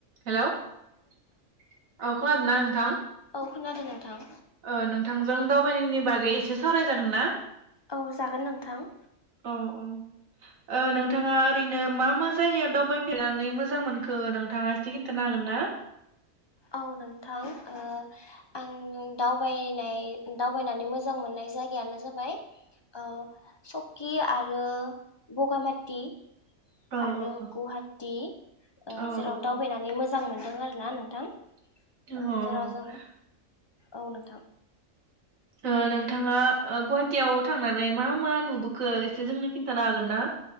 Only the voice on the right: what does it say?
Hello औ खोनादोंना नों थां।
ओ नोंथांजों दावबायनायनि बागै एसे सावराय जागोन ना?
औ औ ओ नोंथाङा ओरैनो मा मा जायगायाव दावबायफेरनानै मोजां मोनखो नोंथाङा एसे खिन्थानो हागोन ना?
अ
अ
अ
अ
<unintelligible>
ओ नोंथाङा ओ गुवाहाटियाव थांनानै मा मा नुबोखो एसे जोंनो खिन्थानो हागोन ना